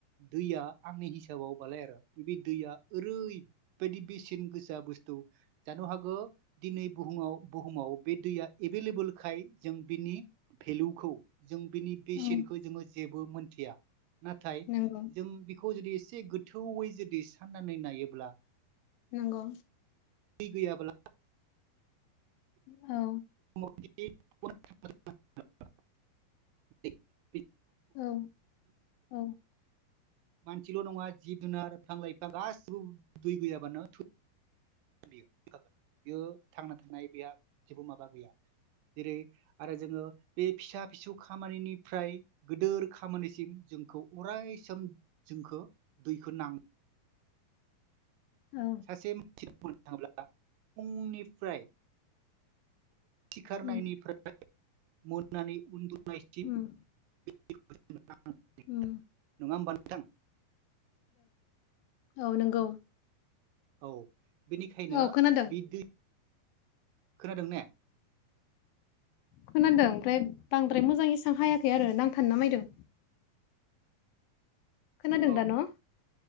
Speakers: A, on the right; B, on the left.
A: दैया आंनि हिसाबावबालाय आरो बे दैया ओरैबायदि बेसेन गोसा बुस्थु जानो हागौ दिनै बुहुम हुमाव बुहुमाव बे दैया एभेलेबेलखाय जों बिनि भेलुखौ जों बिनि बेसेनखौ
B: औ
A: जोङो जेबो मोनथिया नाथाय
B: नंगौ
A: जों बिखौ जुदि एसे गोथौयै जुदि साननानै नायोब्ला
B: नंगौ।
A: बि गैयााबला
B: औ।
A: <unintelligible> <unintelligible>
B: औ औ।
A: मानसिल' नङा जिब जुनार बिफां लाइ बिफां गासिबो दै गयाबानो थै बे थैखागोन बेयो थांना थानाय गैया जेबो माबा गैया जेरै आरो जोङो बे फिसा फिसौ खामानिनिफ्राय गिदोर खामानिसिम जोंखौ अरायसम जोंखौ दैखौ नां
B: औ
A: सासे मानसिना बुंनो थाङोब्ला फुंनिफ्राय सिखारनायनिफ्राय
B: उम
A: मोननानै उन्दु नायसिम
B: उम
A: <unintelligible>
B: उम
A: नङा होमबा नोंथां?
B: औ औ नंगौ।
A: औ बेनिखायनो
B: औ खोनादों
A: बि दै, खोनादों ने?
B: खोनादों ओमफ्राय बांद्राय मोजां इसां हायाखै आरो नांथानो नामायदों। खोनादों
A: औ
B: दा न'?